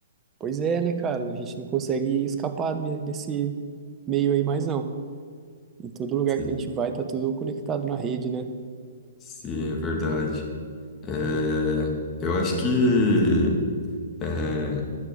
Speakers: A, on the right (about 20°); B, on the left (about 25°).
A: Pois é, né, cara, a gente não consegue escapar desse meio aí mais não. Em todo lugar
B: Se,
A: que a gente vai, tá tudo conectado na rede, né?
B: se é verdade. É, eu acho que é,